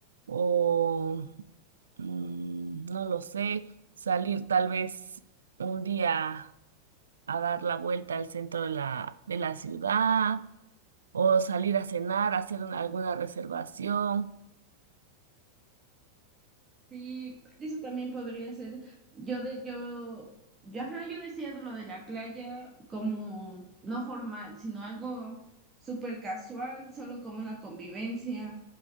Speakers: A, on the right; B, on the right.
A: o mm, no lo sé, salir tal vez un día a dar la vuelta al centro de la, de la ciudad o salir a cenar, hacer una- alguna reservación.
B: Sí, eso también podría ser. Yo de, yo, yo, ajá, yo decía de lo de la playa como no formal, sino algo súper casual, solo como una convivencia.